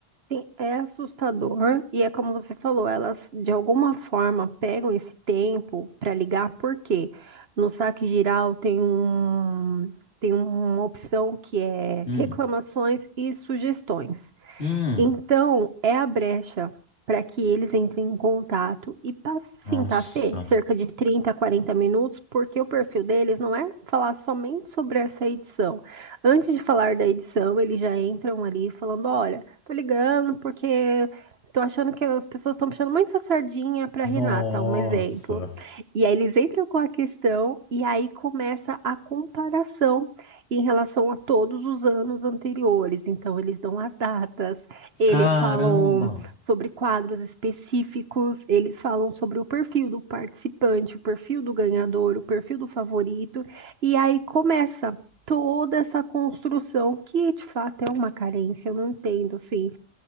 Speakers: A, on the right; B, on the left.
A: Sim, é assustador. E é como você falou, elas de alguma forma pegam esse tempo pra ligar, Porque No saque geral tem um, tem uma opção que é
B: Hum.
A: reclamações e sugestões.
B: Hum.
A: Então, é a brecha para que eles entrem em contato e passem,
B: Nossa.
A: tá, Fê? Cerca de 30 a 40 minutos, porque o perfil deles não é falar somente sobre essa edição. Antes de falar da edição, eles já entram ali falando: olha, tô ligando porque tô achando que as pessoas estão puxando muito essa sardinha para
B: Nossa.
A: Renata, um exemplo. E aí eles entram com a questão e aí começa a comparação em relação a todos os anos anteriores. Então, eles dão as datas, eles
B: Caramba.
A: falam sobre quadros específicos, eles falam sobre o perfil do participante, o perfil do ganhador, o perfil do favorito, e aí começa toda essa construção que de fato é uma carência, eu não entendo assim.